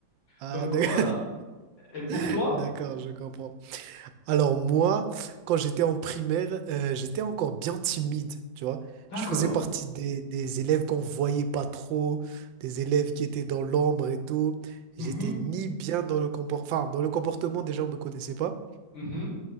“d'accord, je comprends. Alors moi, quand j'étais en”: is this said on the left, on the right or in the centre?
Right